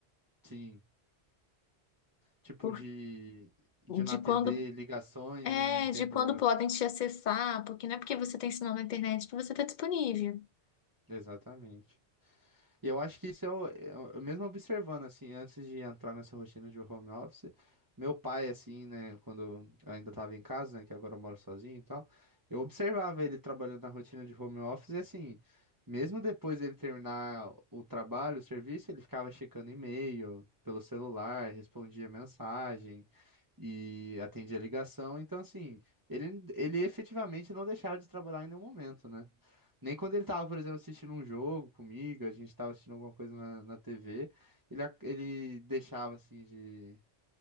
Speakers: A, on the right (about 20°); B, on the left (about 55°).
A: sim, tipo
B: Por-
A: de de
B: de
A: não atender
B: quando
A: ligações
B: é,
A: em tempo.
B: de quando podem te acessar, porque não é porque você tem sinal na internet que você está disponível.
A: Exatamente. E eu acho que isso é o, é o- eu mesmo observando, assim, antes de entrar nessa rotina de home office, meu pai, assim, né, quando eu ainda tava em casa, né, que agora eu moro sozinho e tal, eu observava ele trabalhando na rotina de home office e, assim, mesmo depois dele terminar o trabalho, o serviço, ele ficava checando e-mail pelo celular, respondia mensagem e atendia ligação. Então, assim, ele, ele efetivamente não deixava de trabalhar em nenhum momento, né? Nem quando ele tava, por exemplo, assistindo um jogo comigo, a gente tava assistindo alguma coisa na, na TV, ele, ac- ele deixava assim de,